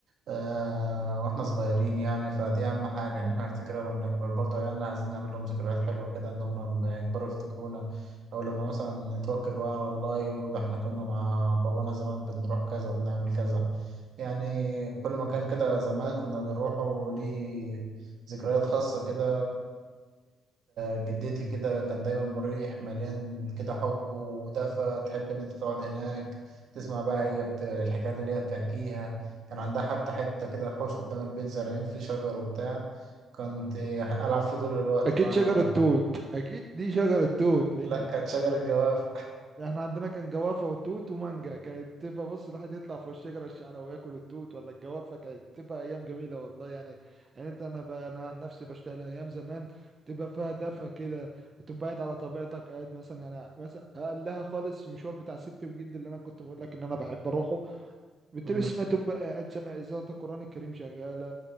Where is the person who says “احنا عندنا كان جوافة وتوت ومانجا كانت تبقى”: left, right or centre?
Right